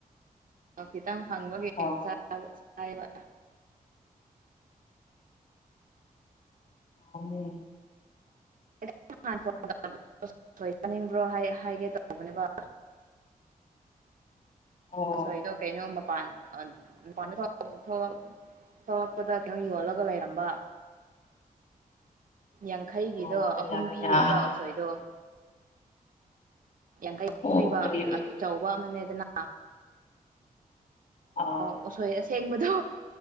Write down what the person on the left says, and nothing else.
ꯑꯣ
ꯍꯥꯎꯅꯦ
ꯑꯣ
<inaudible>
ꯑꯣ ꯀꯌꯥ
ꯀꯌꯥ
ꯑꯣ
ꯀꯔꯤ
ꯑꯥ